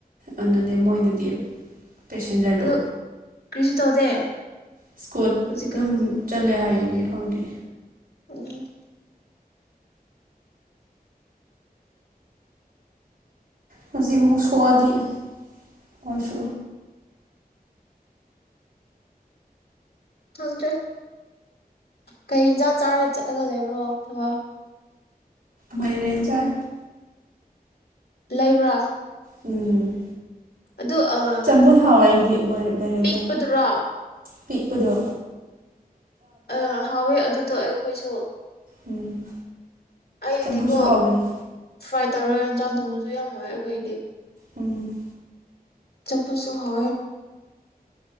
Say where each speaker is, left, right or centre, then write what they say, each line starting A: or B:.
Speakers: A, on the right; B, on the left.
A: ꯑꯗꯨꯅꯦ ꯃꯣꯏꯗꯗꯤ ꯄꯦꯁꯦꯟꯖꯔꯗꯣ
B: ꯑꯗꯨ ꯀꯔꯤꯁꯨ ꯇꯧꯗꯦ
A: ꯏꯁꯀꯣꯠ
B: ꯍꯧꯖꯤꯛꯀꯥꯟ
A: ꯑꯗꯨꯝ ꯆꯠꯂꯦ ꯍꯥꯏ ꯀꯅꯦ ꯀꯗ
B: ꯎꯝ
A: ꯍꯧꯖꯤꯛ ꯑꯃꯨꯛ ꯁꯣꯛꯑꯗꯤ ꯑꯣꯏꯣꯏꯁꯨ
B: ꯈꯪꯗ꯭ꯔꯦ ꯀꯩ ꯏꯟꯁꯥꯡ ꯆꯥꯔꯒ ꯆꯠꯂꯒ ꯂꯩꯕ꯭ꯔꯣ ꯊꯕꯛ
A: ꯃꯥꯏꯔꯦꯟꯖꯥꯏ
B: ꯂꯩꯕ꯭ꯔꯥ
A: ꯎꯝ
B: ꯑꯗꯨ ꯑ
A: ꯆꯝꯕꯨ ꯍꯥꯋꯥ ꯏꯗꯤ ꯃ ꯃꯔꯤꯗ
B: ꯄꯤꯛꯄꯗꯨꯔꯣ
A: ꯄꯤꯛꯄꯗ
B: ꯑ ꯍꯥꯎꯋꯦ ꯑꯗꯨꯗꯣ ꯑꯩꯈꯣꯏꯁꯨ
A: ꯎꯝ
B: ꯑꯩꯗꯤꯀꯣ
A: ꯆꯝꯐꯨꯠꯁꯨ ꯍꯥꯎꯕꯅꯦ
B: ꯐ꯭ꯔꯥꯏ ꯇꯧꯔꯒ ꯏꯟꯁꯥꯡ ꯊꯣꯡꯁꯤ ꯁꯨ ꯃꯦ ꯀꯗꯤ
A: ꯎꯝ
B: ꯆꯄꯁꯨ ꯍ